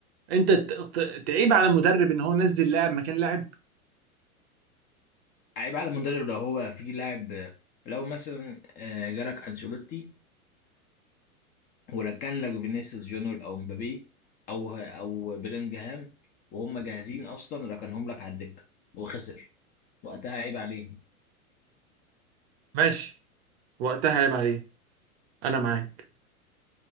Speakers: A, on the right; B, on the left.
A: انت ت- ت- تعيب على المدرب ان هو نزل لاعب مكان لاعب
B: عيب على المدرب لو هو في لاعب لو مثلا آه، جالك انشيلوتي وركن لك فينيسيوس جونيور او مبابي او او بلينجهام وهم جاهزين اصلا ركنهم لك على الدكه وخسر وقتها عيب عليه
A: ماشي وقتها عيب عليه انا معاك